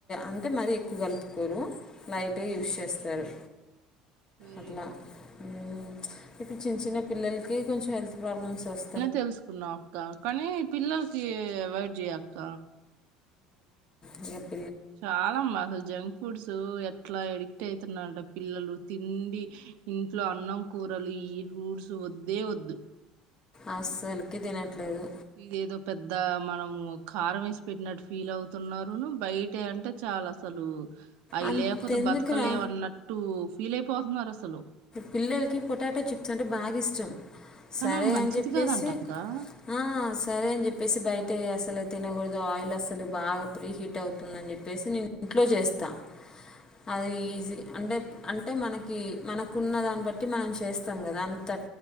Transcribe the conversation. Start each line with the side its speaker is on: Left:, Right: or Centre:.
Left: అంటే మరీ ఎక్కువ కలుపుకోరు లైటే యూస్ చేస్తారు
Right: వెరీ
Left: అట్లా
Right: గుడ్
Left: ఉ ఇప్పు చిన్న చిన్న పిల్లలకి కొంచం హెల్త్ ప్రాబ్లమ్స్ వస్
Right: తెలుసుకున్నా అక్క కానీ పిల్లలకి అవైడ్ జేయ్ అక్క
Left: ఉ ఎప్
Right: చాలా అమ్మా అసలు జంక్ ఫుడ్స్ ఎ ట్లా ఎడిక్ట్ అయితున్నరట పిల్లలు తిండి ఇంట్లో అన్నం కూరలు ఈ ఫూడ్స్ వద్దే వద్దు
Left: అసలుకి తినట్లేదు
Right: ఇది ఏదో పెద్ద మనము కారం వేసి పెట్టినట్టు ఫీల్ అవుతున్నరును బయట అంటే చాలా అసలు అయి
Left: అంతెందుకురా
Right: లేపోతే బతకలేమన్నట్టు ఫీలయిపోతున్నారు అసలు
Left: పిల్లలకి పొటాటో చిప్స్ అంటే బాగా ఇష్టం
Right: కానీ
Left: సరే
Right: అవి మంచిది
Left: అని చెప్పేసి
Right: కాదంట అక్క
Left: ఆ సరే అని చెప్పేసి బయ్ అసలు తినకూడదు ఆయిల్ అసలు బాగా ప్రీ హీట్ అవుతుంద అని చెప్పేసి నేను ఇంట్లో చేస్తాను అదె ఈజీ అంటే అంటే మనకి మన కున్న దాన్ని బట్టి మనం చేస్తాం కదా అంత